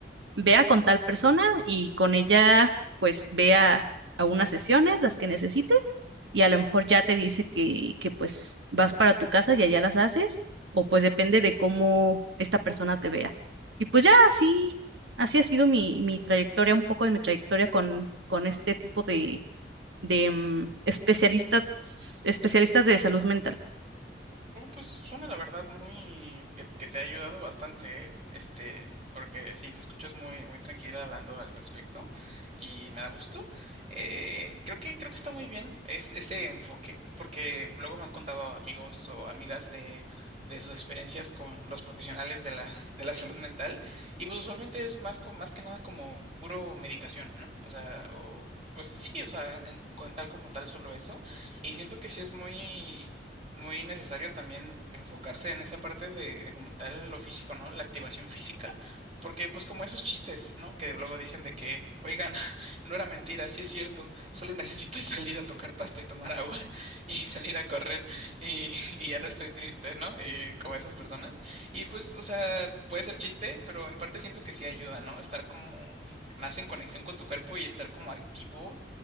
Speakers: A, on the right; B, on the right.
A: vea con tal persona y con ella pues vea a unas sesiones, las que necesites, y a lo mejor ya te dice que, que pues vas para tu casa y allá las haces, o pues depende de cómo esta persona te vea. Y pues ya así, así ha sido mi, mi trayectoria, un poco de mi trayectoria con, con este tipo de, de mm, especialistas, especialistas de salud mental.
B: Oh, pues suena la verdad muy que, que te ha ayudado bastante, ¿eh? Este, porque sí, te escuchas muy, muy tranquila hablando al respecto y me da gusto. Eh, creo que, creo que está muy bien es- ese enfoque, porque luego me han contado amigos o amigas de, de sus experiencias con los profesionales de la, de la salud mental, y pues usualmente es más, co- más que nada como puro medicación, ¿no? O sea, o pues sí, o sea, en en- con tal como tal solo eso. Y siento que sí es muy muy necesario también enfocarse en esa parte de, de como tal lo físico, ¿no? La activación física, porque pues como esos chistes, ¿no? Que luego dicen de que, oigan, <laughs> no era mentira, sí es cierto, solo necesito <laughs> salir a tocar pasto y tomar agua <laughs> y salir a correr y, y ya no estoy triste, ¿no? Y como esas personas. Y pues, o sea, puede ser chiste, pero en parte siento que sí ayuda, ¿no? Estar como más en conexión con tu cuerpo y estar como activo,